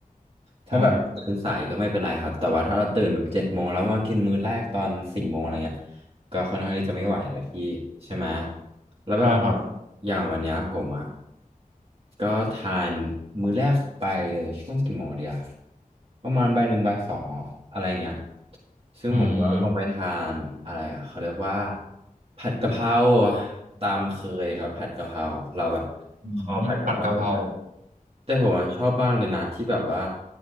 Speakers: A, on the right (about 40°); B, on the right (about 85°).
A: ถ้าแบบตื่นสายก็ไม่เป็นไรครับ
B: ใช่
A: แต่ว่าถ้าเราตื่นแบบเจ็ดโมงแล้วมากินมื้อแรกตอนสี่โมงอะไรเงี้ยก็ค่อนข้างที่จะไม่ไหวแล้วพี่ใช่ไหม แล้วแบบอ
B: ใช่ครับ
A: ย่างวันเนี้ยผมอ่ะก็ทานมื้อแรกไปเลยช่วงกี่โมงเดียวประมาณบ่ายหนึ่งบ่ายสองอะไรเงี้ยซึ่งผมก็ลงไปทานอะไรอ่ะเขาเรียกว่า
B: อืม
A: ผัดกะเพราตามเคยครับผัดกะเพราเราแบบ
B: อืมผัดกะเพรา
A: คอผัดกะเพรามา แต่ผมอะชอบมากเลยนะที่แบบว่า